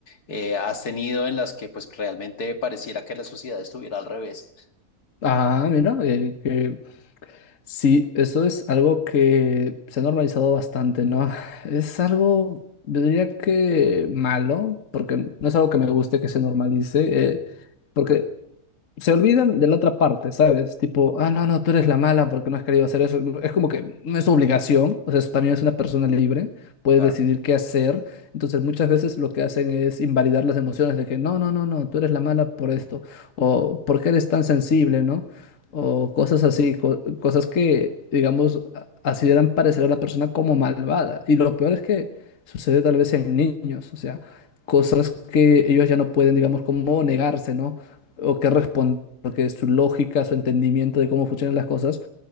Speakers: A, on the left; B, on the left.
A: eh, has tenido en las que pues realmente pareciera que la sociedad estuviera al revés?
B: Ah, mira, eh, que sí, eso es algo que se ha normalizado bastante, ¿no? <sighs> Es algo, yo diría que malo, porque no es algo que me guste que se normalice, eh, porque se olvidan de la otra parte, ¿sabes? Tipo, ah, no, no, tú eres la mala porque no has querido hacer eso. Es como que no es su obligación, o sea, eso también es una persona libre, puede
A: Claro,
B: decidir qué hacer. Entonces, muchas veces lo que hacen es invalidar las emociones de que, no, no, no, no, tú eres la mala por esto, o por qué eres tan sensible, ¿no? O cosas así, co- cosas que, digamos, a- así harán parecer a la persona como malvada. Y lo peor es que sucede tal vez en niños, o sea, cosas que ellos ya no pueden, digamos, como negarse, ¿no? o qué responder, porque su lógica, su entendimiento de cómo funcionan las cosas